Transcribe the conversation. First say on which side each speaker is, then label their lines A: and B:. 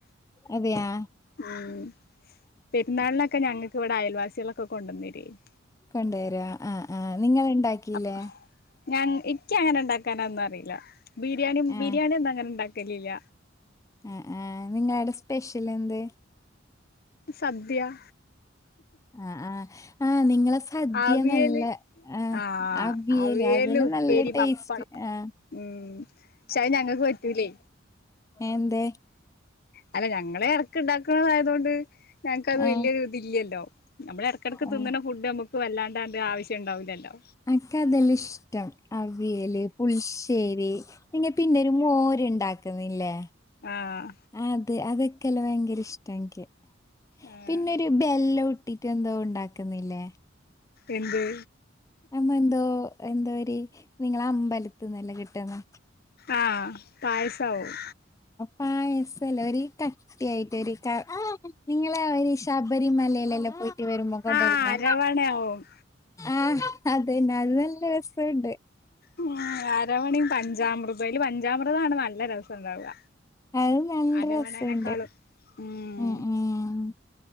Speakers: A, on the left (about 15°); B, on the left (about 50°).
A: അതെയാ?
B: ഉം പെരുന്നാളിനൊക്കെ ഞങ്ങൾക്ക് ഇവിടെ അയൽവാസികളൊക്കെ കൊണ്ടന്ന് തരുവേനു.
A: കൊണ്ടുവരോ ആഹ്‌ ആഹ് നിങ്ങൾ ഉണ്ടാക്കിലേ?
B: അപ്പൊ ഞാൻ ഇക്ക് അങ്ങനെ ഉണ്ടാക്കാനാന്നും അറിയില്ല ബിരിയാണി
A: ആഹ്
B: ബിരിയാണി ഒന്നും അങ്ങനെ ഇണ്ടാക്കലില്ല.
A: ആഹ്‌ ആഹ് നിങ്ങളാടെ സ്പെഷ്യൽ എന്ത്?
B: സദ്യ.
A: ആഹ്‌ ആഹ്‌ ആഹ്‌ നിങ്ങളെ സ ദ്യ
B: അവിയല്
A: നല്ല ആഹ്‌
B: ആഹ്
A: അവിയല് അതെല്ലാം
B: ഉപ്പേരി
A: നല്ല ടേസ്റ്റ്
B: പപ്പടം
A: ആഹ്‌
B: ഉം പക്ഷേ അത് ഞങ്ങക്ക് പറ്റൂലേ
A: എന്തേ?
B: അല്ല ഞങ്ങളെടക്ക് ഇണ്ടാക്കണതായതോണ്ട് ഞങ്ങക്കത്
A: ആഹ്
B: വലിയൊരിതില്ലല്ലോ നമ്മള് ഇടക്കിടക്ക്
A: ആഹ്
B: തിന്നണ ഫുഡ് നമുക്ക് വല്ലാണ്ട ആവശ്യം ഉണ്ടാവില്ലല്ലോ?
A: അനക്ക് അതെല്ലാ ഇഷ്ടം അവിയല്, പുളിശ്ശേരി നിങ്ങ പിന്നൊരു മോരുണ്ടാക്കുന്നില്ലേ?
B: ആഹ്‌
A: അത് അതൊക്കെല്ല ഭയങ്കര ഇഷ്ടം എനിക്ക്
B: ആഹ്
A: പിന്നെരി ബെല്ലോട്ടി ട്ട് എന്തോ ഉണ്ടാക്കുന്നില്ലേ?
B: എന്ത്‌?
A: അമ്മ എന്തോ എന്തോരി നിങ്ങളെ അമ്പലത്ത്ന്നല്ലോ കിട്ടന്നെ?
B: ആഹ് പായസാവും.
A: പായസല്ല ഒരീ കട്ടിയായിട്ട് ഒരി ക നിങ്ങളെ ഒരി ശബരിമലയിലെല്ലാം പോയി യിട്ട് വരുമ്പോ കൊണ്ടരുന്നെ
B: ആഹ് അരവണയാവും
A: ആഹ്‌ അതെന്നെ അത് നല്ല രസണ്ട്.
B: ഉം അരവണി പഞ്ചാമൃതം അയില് പഞ്ചാമൃതാണ് നല്ല രസം ഉണ്ടാവുക.
A: അത് നല്ല
B: അരവണനെക്കാളും
A: രസണ്ട്
B: ഉം
A: ഉം